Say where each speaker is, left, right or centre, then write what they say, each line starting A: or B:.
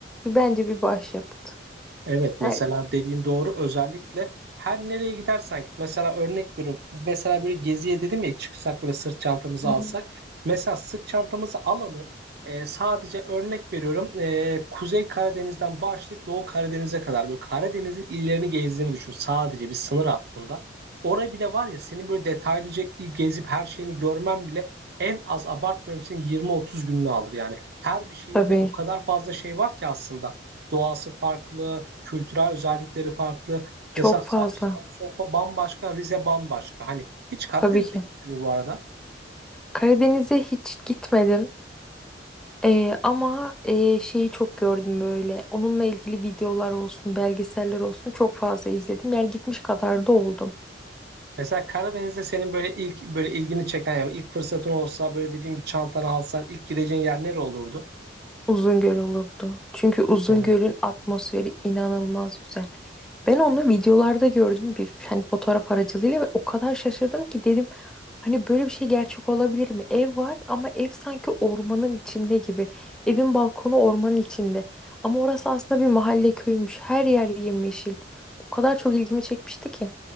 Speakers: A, in the centre; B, on the right.
A: bir- bence bir başyapıt.
B: Evet mesela
A: Yani,
B: dediğin doğru özellikle her nereye gidersen git. Mesela örnek veriyorum. Mesela böyle geziye dedim ya çıksak böyle sırt çantamızı
A: Hı hı.
B: alsak. Mesela sırt çantamızı alalım. Ee, sadece örnek veriyorum. ee, Kuzey Karadeniz'den başlayıp Doğu Karadeniz'e kadar böyle Karadeniz'in illerini gezdiğini düşün. Sadece bir sınır hattında. Oraya bile var ya senin böyle detaylıca gezip her şeyini görmen bile en az abartmıyorum senin 20-30 gününü alır yani. Her bir şehirde
A: tabii
B: o kadar fazla şey var ki aslında. doğası farklı, kültürel özellikleri farklı.
A: çok
B: Mesela Sam-
A: fazla.
B: Samsun fa- bambaşka, Rize bambaşka. Hani hiç Karadeniz'e
A: Tabii ki.
B: gittin mi bu arada?
A: Karadeniz'e hiç gitmedim. E, ama e, şeyi çok gördüm böyle. Onunla ilgili videolar olsun, belgeseller olsun çok fazla izledim. Yani gitmiş kadar da oldum.
B: Mesela Karadeniz'de senin böyle ilk böyle ilgini çeken ya ilk fırsatın olsa böyle dediğim bir çantanı alsan ilk gideceğin yer nere olurdu?
A: Uzungöl olurdu. Çünkü Uzungöl'ün
B: Hı.
A: atmosferi inanılmaz güzel. Ben onu videolarda gördüm bir hani fotoğraf aracılığıyla ve o kadar şaşırdım ki dedim hani böyle bir şey gerçek olabilir mi? Ev var ama ev sanki ormanın içinde gibi. Evin balkonu ormanın içinde. Ama orası aslında bir mahalle köymüş. Her yer yemyeşil. O kadar çok ilgimi çekmişti ki.